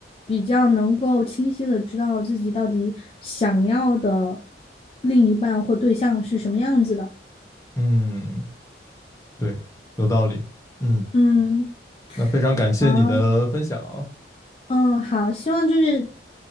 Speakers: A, on the left; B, on the left.
A: 比较能够清晰的知道自己到底想要的另一半或对象是什么样子的。
B: 嗯，对，有道理。嗯，
A: 嗯，
B: 那非常感谢你的分享。
A: 好，嗯，好，希望就是